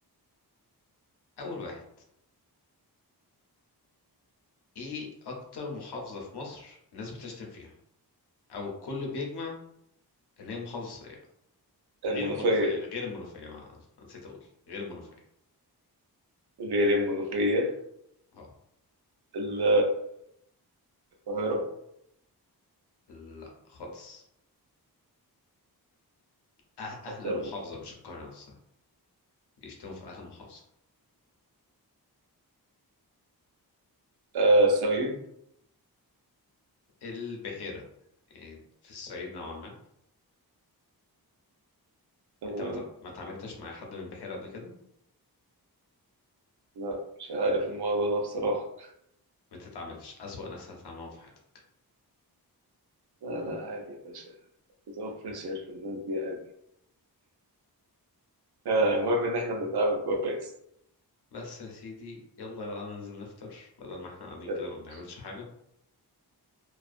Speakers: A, on the left; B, on the right.
A: اول واحد ايه اكتر محافظة في مصر الناس بتشتم فيها او الكل بيجمع ان هي محافظة غير
B: المنوفية
A: المنوفية غير المنوفية ما نسيت أقول غير المنوفية
B: غير المنوفية
A: اه
B: ال- القاهرة
A: لا خالص أه أهل
B: أكتر
A: المحافظة
B: محافظة
A: مش القاهرة نفسها بيشتموا في أهل المحافظة
B: آه صعيد
A: البحيرة يعني في الصعيد نوعا ما
B: تمام
A: أنت ما تع- ما تعاملتش مع حد من البحيرة قبل كده
B: لا مش عارف الموضوع ده بصراحة
A: ما تتعاملش أسوأ ناس هتتعاملوا في حياتك
B: لا لا عادي يا باشا نظام فريشر الناس دي عادي آه المهم إن إحنا بنتعامل كويس
A: بس يا سيدي يلا بقى ننزل نفطر بدل ما احنا قاعدين
B: يلا
A: كده
B: يا
A: ما
B: باشا
A: بنعملش حاجة